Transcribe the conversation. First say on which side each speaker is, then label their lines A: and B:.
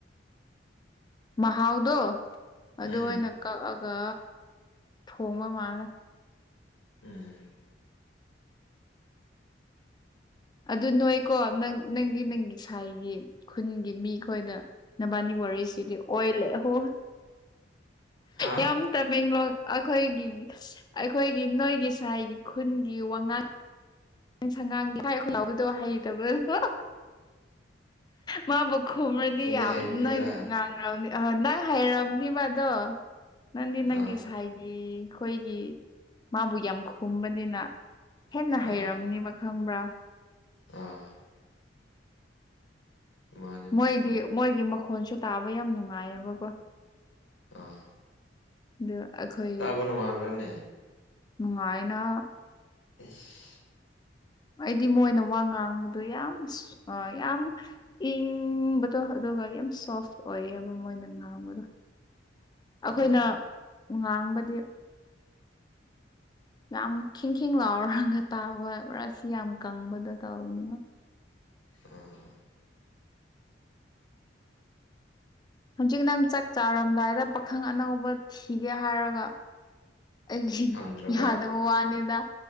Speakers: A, on the left; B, on the left.
A: ꯃꯍꯥꯎꯗꯣ ꯑꯗꯨ
B: ꯎꯝ
A: ꯑꯣꯏꯅ ꯀꯛꯑꯒ ꯊꯣꯡꯕ ꯃꯥꯜꯂꯦ
B: ꯎꯝ
A: ꯑꯗꯨ ꯅꯣꯏꯀꯣ ꯅꯪ ꯅꯪꯒꯤ ꯅꯪꯒꯤ ꯁꯥꯏꯒꯤ ꯈꯨꯟꯒꯤ ꯃꯤ ꯈꯣꯏꯗ ꯅꯕꯥꯅꯤ ꯋꯥꯔꯤꯁꯤꯗꯤ ꯑꯣꯏꯂꯦꯍꯣ
B: ꯍꯥ
A: ꯌꯥꯝ ꯇꯃꯦꯡꯂꯣꯡ ꯑꯩꯈꯣꯏꯒꯤ ꯑꯩꯈꯣꯏꯒꯤ ꯅꯣꯏꯒꯤ ꯁꯥꯏꯒꯤ ꯈꯨꯟꯒꯤ ꯋꯥꯉꯥꯡ ꯅꯪ ꯁꯪꯉꯥꯡꯒꯤ <unintelligible> ꯈꯨꯅꯥꯎꯕꯗꯣ ꯍꯩꯇꯕꯣ <unintelligible> ꯃꯥꯕꯨ ꯈꯨꯝꯔꯗꯤ
B: ꯑꯩꯗꯤ
A: ꯌꯥꯝ
B: ꯍꯩꯕꯅꯤꯗ
A: ꯅꯪ ꯉꯥꯡ ꯍꯔꯥꯎꯅꯤ ꯍꯣ ꯅꯪ ꯍꯩꯔꯝꯅꯤꯕ ꯑꯗꯣ ꯅꯪꯗꯤ ꯅꯪꯒꯤ
B: ꯑꯥ
A: ꯁꯥꯏꯒꯤ ꯑꯩꯈꯣꯏꯒꯤ ꯃꯥꯕꯨ ꯌꯥꯝ ꯈꯨꯝꯕꯅꯤꯅ ꯍꯦꯟꯅ
B: ꯑꯥ
A: ꯍꯩꯔꯝꯅꯦꯕ ꯈꯪꯕ꯭ꯔꯥ
B: ꯑꯥ ꯃꯥꯅꯦ
A: ꯃꯣꯏꯗꯤ
B: ꯃꯥꯅꯦ
A: ꯃꯣꯏꯒꯤ ꯃꯈꯣꯟꯁꯨ ꯇꯥꯕ ꯌꯥꯝ ꯅꯨꯡꯉꯥꯏꯌꯦꯕꯀꯣ
B: ꯑꯥ
A: ꯑꯗꯨ ꯑꯩꯈꯣꯏ
B: ꯇꯥꯕ ꯅꯨꯡꯉꯥꯏꯕ꯭ꯔꯥꯅꯦ
A: ꯅꯨꯡꯉꯥꯏꯅ
B: ꯏꯁ
A: ꯑꯩꯗꯤ ꯃꯣꯏꯅ ꯋꯥ ꯉꯥꯡꯕꯗꯣ ꯌꯥꯝ ꯑꯥ ꯌꯥꯝ ꯏꯪꯕꯗꯣ ꯑꯗꯨꯒ ꯌꯥꯝ ꯁꯣꯐ ꯑꯣꯏꯌꯦꯕ ꯃꯣꯏꯅ ꯉꯥꯡꯕꯗꯣ ꯑꯩꯈꯣꯏꯅ
B: ꯑꯥ
A: ꯉꯥꯡꯕꯗꯤ ꯌꯥꯝ ꯈꯤꯡ ꯈꯤꯡ ꯂꯥꯎꯔꯒ ꯇꯥꯕ ꯔꯥꯁꯤ ꯌꯥꯝ ꯀꯪꯕꯗ ꯇꯧꯅꯤ
B: ꯑꯥ
A: ꯍꯧꯖꯤꯛ ꯅꯪ ꯆꯥꯛ ꯆꯥꯔꯝꯗꯥꯏꯗ ꯄꯥꯈꯪ ꯑꯅꯧꯕ ꯊꯤꯒꯦ ꯍꯥꯏꯔꯒ ꯑꯩꯒꯤ
B: ꯐꯪꯗ꯭ꯔꯕ
A: ꯌꯥꯗꯕ ꯋꯥꯅꯦꯗ